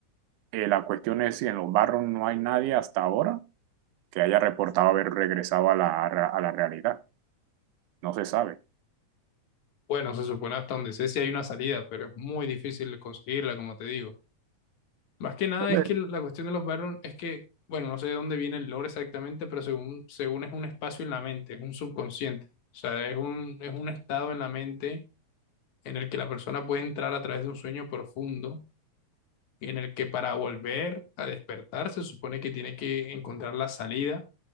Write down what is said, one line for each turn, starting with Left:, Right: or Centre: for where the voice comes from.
Right: eh, la cuestión es si en los barrios no hay nadie hasta ahora, que haya reportado haber regresado a la, a la realidad. No se sabe.
Left: Bueno, se supone hasta donde sé si hay una salida, pero es muy difícil conseguirla, como te digo. Más que nada
Right: Entonces,
Left: es que la cuestión de los Baron es que, bueno, no sé de dónde viene el lore exactamente, pero según, según es un espacio en la mente, es un subconsciente. O sea, es un, es un estado en la mente en el que la persona puede entrar a través de un sueño profundo y en el que para volver a despertar se supone que tiene que encontrar la salida